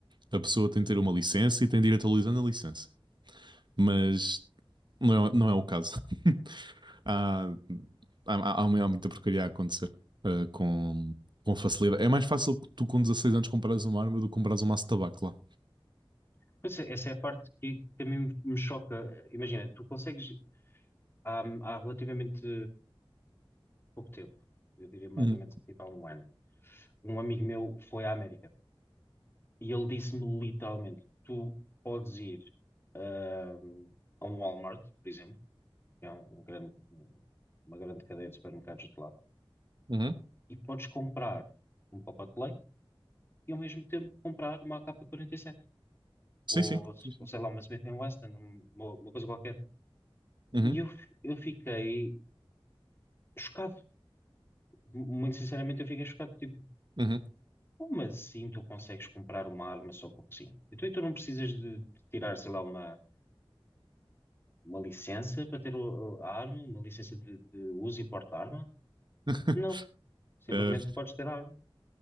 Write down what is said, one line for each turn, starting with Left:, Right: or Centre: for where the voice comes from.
Right: a pessoa tem de ter uma licença e tem de ir atualizando a licença. Mas não é, não é o caso. <laughs> Há, há, há- há mu- há muita porcaria a acontecer, eh, com, com facilidade. É mais fácil que tu, com 16 anos, comprares uma arma do que comprares um maço de tabaco lá.
Left: Pois é, essa é a parte que, que a mim me choca. Imagina, tu consegues há, há relativamente pouco tempo, eu diria mais
Right: Uhum.
Left: ou menos tipo há um ano, um amigo meu foi à América e ele disse-me literalmente: tu podes ir ahm, a um Walmart, por exemplo, que é um, um grande, um, uma grande cadeia de supermercados de lá,
Right: Uhum.
Left: e podes comprar um pacote de leite e ao mesmo tempo comprar uma AK-47
Right: Sim,
Left: ou,
Right: sim. Sim, sim.
Left: ou sei lá, uma Smith and Wesson, um, uma, uma coisa qualquer.
Right: Uhum,
Left: E eu, eu fiquei chocado. Muito sinceramente, eu fiquei chocado. Tipo,
Right: uhum.
Left: como assim tu consegues comprar uma arma só porque sim? Então, e tu não precisas de, de tirar, sei lá, uma, uma licença para ter o- a arma, uma licença de, de uso e porte de arma?
Right: <laughs>
Left: Não. Simplesmente
Right: Uh,
Left: podes ter a arma.